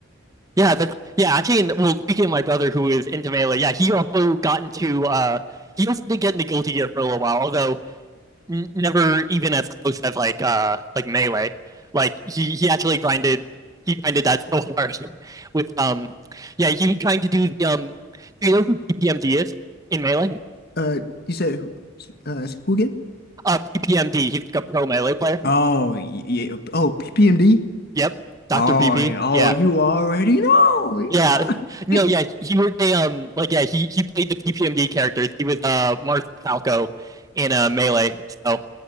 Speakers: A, on the right; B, on the left.
A: Yeah, that's yeah, actually and well speaking of my brother who is into melee, yeah, he also got into uh he also did get into Guilty Gear for a little while, although n never even as close as like uh like melee. Like he he actually grinded he grinded that so hard <laughs> with um yeah, he was trying to do the um do you know who PPMD is in melee?
B: Uh, you said uh, who again?
A: Uh PPMD, he's like a pro melee player.
B: Oh, yeah. Oh, PPMD.
A: Yep. Dr.
B: Oh,
A: PP.
B: yeah. oh,
A: Yeah.
B: you already know. You
A: Yeah,
B: are.
A: <laughs> no,
B: <laughs>
A: yeah, he, he was a um like yeah he he played the PPMD characters. He was uh Mars Falco in uh Melee. So,